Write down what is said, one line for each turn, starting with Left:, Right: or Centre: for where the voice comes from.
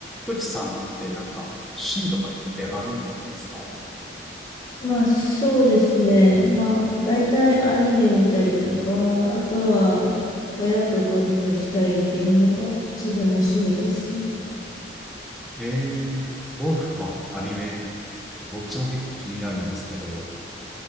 Centre: 富士さんってなんか趣味とかってあるんですか
Left: まあそうですね。まあ大体アニメ見たりとか、あとは親とゴルフしたりっていうのが自分の趣味ですね。
Centre: ええー、ゴルフとアニメ、どっちも結構気になるんですけど、